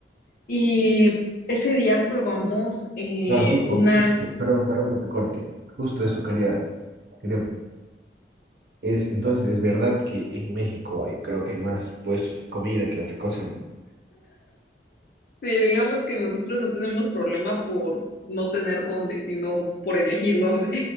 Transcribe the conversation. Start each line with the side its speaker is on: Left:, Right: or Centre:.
Left: Y ese día probamos eh,
Right: Claro, justo,
Left: unas,
Right: justo. Perdón, perdón que te corte. Justo eso quería, quería. Es, entonces, es verdad que en México hay, creo que hay más puestos de comida que otra cosa, ¿no?
Left: sí, digamos que nosotros no tenemos problema por no tener dónde, sino por elegir dónde.